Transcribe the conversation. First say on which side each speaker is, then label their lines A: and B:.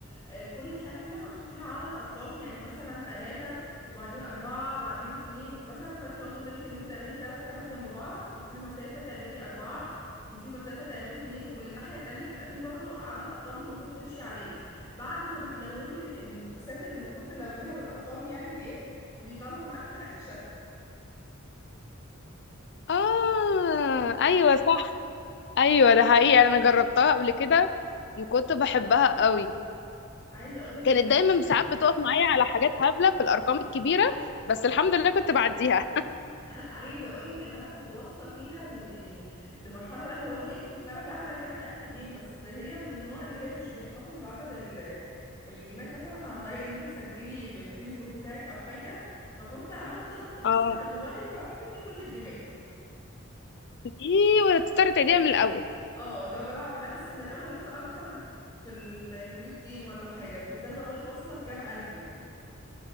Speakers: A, on the left (about 20°); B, on the left (about 55°).
A: آه، كل خانة فيها مكتوب فيها عدد ارقام يعني مثلا تلاتة وبعدين اربعة بعدين اتنين مثلا فانت مطلوب منك ان انت تعملي تلات خانات جنب بعض وتسيبي مسافة تعملي اربعة وتسيبي مسافة تعملي اتنين ومن الناحية التانية بيبقى فيه برضو عدد ارقام المفروض تمشي عليه بعد ما بتلوني ال- البوكسات اللي المفروض تلونيها بالارقام يعني دي بيطلع معاكي في الاخر شكل
B: اه ايوه صح ايوه ده حقيقي انا جربتها قبل كده وكنت بحبها قوي
A: عايزة اقولك
B: كانت
A: ان انا
B: دايما ساعات بتقف معايا على حاجات هبله في الارقام الكبيره بس الحمد لله كنت بعديها
A: <laughs> عايزه اقول لك ان انا كنت واصله فيها ال... يعني لمرحله بقى اللي هو جيم كنت فعلا لعبه كام الف جيم بس هي من النوع اللي هي مش بيحتفظ بعدد ال... الجيمات مثلا عن طريق ان انت تسجلي بالفيسبوك بتاعك او حاجه فكنت عملت ضبط مصنع
B: اه
A: للموبايل فراح مني كل الجيمات
B: ايه وتضطر تعيديها من الاول
A: اه اللي هو بلعب بقى لسه من الاول لسه بقى مثلا في ال 100 جيم ولا حاجه كنت انا بقى بقولك واصله لكام الف يعني